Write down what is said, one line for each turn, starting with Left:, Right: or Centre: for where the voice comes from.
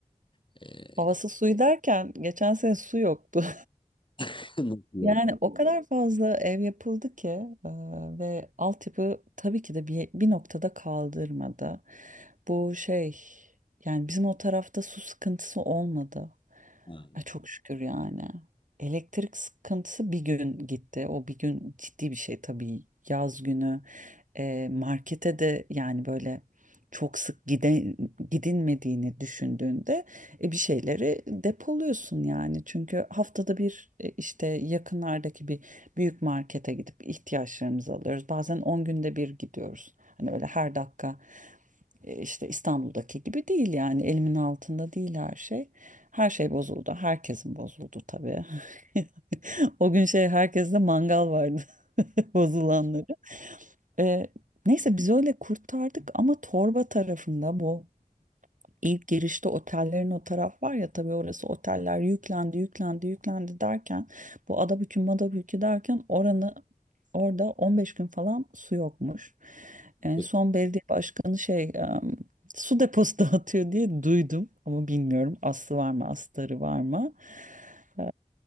Left: E,
Right: Havası suyu derken geçen sene su yoktu.
Left: <laughs> nasıl
Right: Yani
Left: yok?
Right: o kadar fazla ev yapıldı ki e, ve altyapı tabii ki de bir, bir noktada kaldırmadı. Bu şey yani bizim o tarafta su sıkıntısı olmadı.
Left: Ha,
Right: Ay, çok şükür yani. Elektrik sıkıntısı bir gün gitti. O bir gün ciddi bir şey tabii. Yaz günü e, markete de yani böyle çok sık gide, gidilmediğini düşündüğünde e, bir şeyleri depoluyorsun yani. Çünkü haftada bir e, işte yakınlardaki bir büyük markete gidip ihtiyaçlarımızı alıyoruz. Bazen 10 günde bir gidiyoruz. Hani öyle her dakika e, işte İstanbul'daki gibi değil yani elimin altında değil her şey. Her şey bozuldu. Herkesin bozuldu tabii. <laughs> O gün şey herkeste mangal vardı <laughs> bozulanları. E, neyse biz öyle kurtardık ama torba tarafında bu ilk girişte otellerin o taraf var ya tabii orası oteller yüklendi yüklendi yüklendi derken bu Adabükü Madabükü derken oranı orada 15 gün falan su yokmuş. En
Left: kötü.
Right: son belediye başkanı şey em, su deposu <laughs> dağıtıyor diye duydum ama bilmiyorum aslı var mı astarı var mı. Ee,